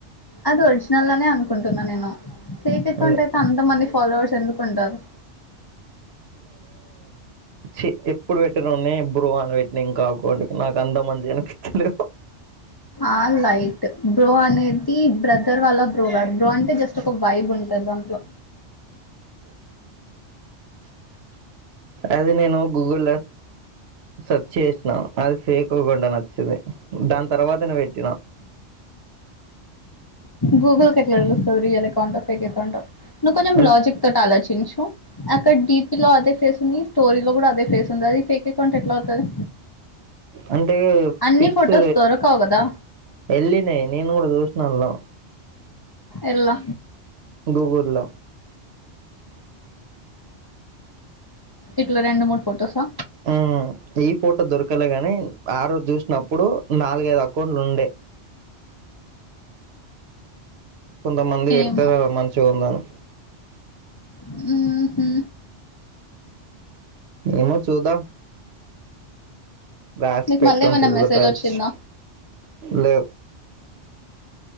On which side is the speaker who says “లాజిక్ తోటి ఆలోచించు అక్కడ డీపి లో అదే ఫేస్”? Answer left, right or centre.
Left